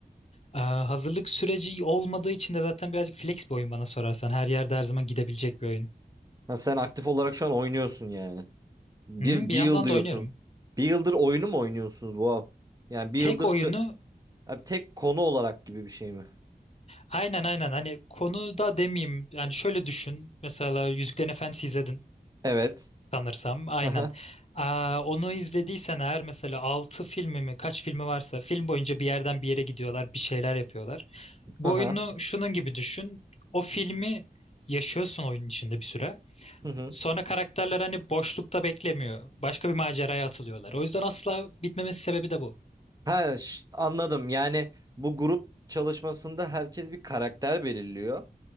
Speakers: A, on the left (about 40°); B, on the right (about 20°).
A: Aa, hazırlık süreci olmadığı için de zaten birazcık flex bir oyun bana sorarsan. Her yerde her zaman gidebilecek bir oyun.
B: Ha, sen aktif olarak şu an oynuyorsun yani. Bir,
A: Hı, bir
B: bir
A: yandan
B: yıl diyorsun.
A: da oynuyorum.
B: Bir yıldır oyunu mu oynuyorsunuz? Wow. Yani bir
A: Tek
B: yıldır
A: oyunu
B: sü- Abi tek konu olarak gibi bir şey mi?
A: Aynen aynen hani konuda demeyeyim yani şöyle düşün mesela Yüzüklerin Efendisi izledin
B: Evet.
A: sanırsam aynen
B: Haha.
A: Aa, onu izlediysen eğer mesela 6 filmi mi kaç filmi varsa film boyunca bir yerden bir yere gidiyorlar bir şeyler yapıyorlar. Bu
B: Haha.
A: oyunu şunun gibi düşün o filmi yaşıyorsun oyunun içinde bir süre
B: Hı hı. Hı hı.
A: sonra karakterler hani boşlukta beklemiyor başka bir maceraya atılıyorlar o yüzden asla bitmemesi sebebi de bu.
B: Ha, ş- anladım. Yani bu grup çalışmasında herkes bir karakter belirliyor